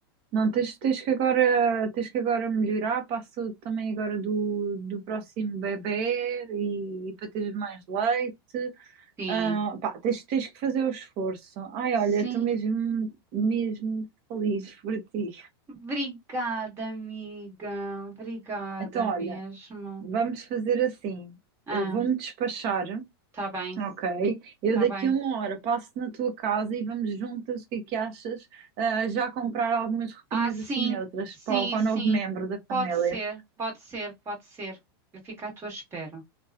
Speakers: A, on the right; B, on the right.
A: Não, tens, tens que agora, tens que agora melhorar para a saúde também agora do, do próximo bebê e, e para teres mais leite.
B: Sim,
A: Ah, pá, tens, tens que fazer o esforço. Ai,
B: sim.
A: olha, estou mesmo, mesmo feliz <laughs> por ti.
B: Obrigada, amiga. Obrigada
A: Então, olha.
B: mesmo.
A: Vamos fazer assim.
B: Ah,
A: Eu vou-me despachar,
B: tá bem,
A: ok? Eu
B: tá
A: daqui
B: bem.
A: a uma hora passo na tua casa e vamos juntas, o que é que achas? Ah, já comprar algumas roupinhas
B: Ah, sim,
A: assim neutras
B: sim,
A: para, o- para
B: sim.
A: o novo membro da
B: Pode
A: família.
B: ser, pode ser, pode ser. Eu fico à tua espera.